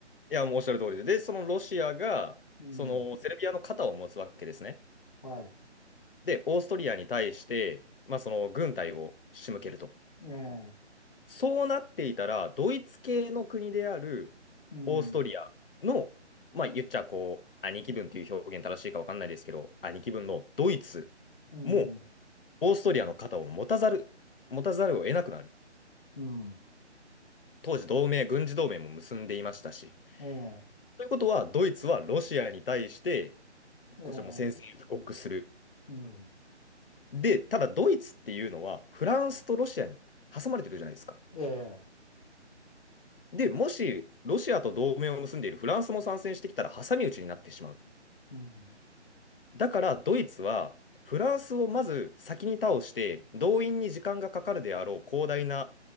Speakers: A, on the left; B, on the left.
A: いや、もうおっしゃる通りで。で、そのロシアが、
B: うん、
A: そのセルビアの肩を持つわけですね。
B: はい、
A: で、オーストリアに対して、まあ、その軍隊を仕向けると。
B: ええ、
A: そうなっていたら、ドイツ系の国であるオーストリアの、
B: うん、
A: まあ言っちゃこう、兄貴分という表現正しいか分かんないですけど、兄貴分のドイツ
B: うん、
A: もオーストリアの肩を持たざる、持たざるを得なくなる。
B: うん、
A: 当時同盟、軍事同盟も結んでいましたし。
B: ええ、
A: ということは、ドイツはロシアに対して、
B: ええ、
A: こちらも宣戦布告する。
B: うん、
A: で、ただドイツっていうのは、フランスとロシアに挟まれてるじゃないですか。
B: ええ、
A: で、もしロシアと同盟を結んでいるフランスも参戦してきたら挟み撃ちになってしまう。
B: うん。
A: だからドイツはフランスをまず先に倒して動員に時間がかかるであろう広大な